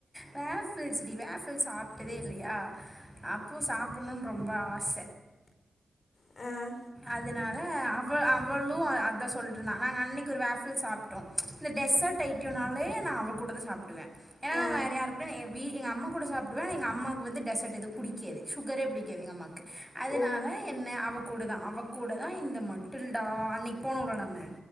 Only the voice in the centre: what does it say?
வேஃபல்ஸ் டி வேஃப்ல்ஸ் சாப்ட்டதே இல்லயா அப்போ சாப்பணுனு ரொம்ப ஆச
அதனால அவ அவளு அதான் சொல்லிருந்தான் நாங்க அன்னைக்கு ஒரு வேஃபல்ஸ் சாப் ட்டோ இந்த டெசட் ஐட்டியுனாலே நா அவ கூடதா சாப்டுவ ஏன்னா
வேற யாரு கூட வீ எங்க அம்மா கூட சாப்டுவ எங்க அம்மாக்கு வந்து டெசட் எதும் புடிக்காது சுகரே புடிக்காது எங்க அம்மாக்கு அதனால
என்ன அவகூட தா அவ கூட தா இந்த மட்டுல்டா அன்னைக்கு போனோல்ல நம்ம